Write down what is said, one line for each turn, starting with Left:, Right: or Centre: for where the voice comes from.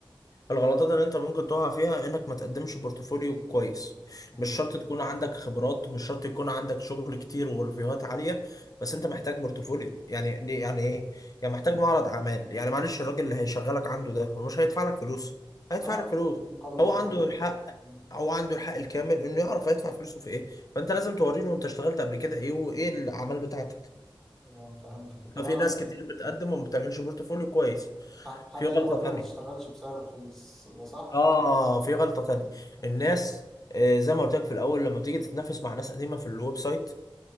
Left: الغلطات اللي انت ممكن تقع فيها انك ما تقدمش بورتفوليو كويس
Centre: مم.
Left: مش شرط تكون عندك خبرات مش شرط يكون عندك شغل كتير وريفيوهات عالية بس انت محتاج بورتفوليو يعني ليه يعني ايه يعني محتاج معرض اعمال يعني معلش الراجل اللي هيشغلك عنده ده هو مش هيدفع لك فلوس هيدفع
Centre: اه
Left: لك فلوس
Centre: مقابل
Left: هو
Centre: ايه
Left: عنده
Centre: بقى
Left: الحق
Centre: مم.
Left: هو عنده الحق الكامل انه يعرف هيدفع فلوسه في ايه فانت لازم توريله انت اشتغلت قبل كده ايه وايه الاعمال بتاعتك
Centre: آه، فهمتك طب
Left: ففي
Centre: انا
Left: ناس كتير بتقدم وما بتعملش بورتفوليو كويس
Centre: ح- حد
Left: في غلطة
Centre: قال لي برضو
Left: تانية
Centre: ما تشتغلش بسعر رخيص ده صح
Left: اه في غلطة تانية
Centre: مم.
Left: الناس آه، زي ما قلت لك في الاول لما بتيجي تتنافس مع ناس قديمة في الويب سايت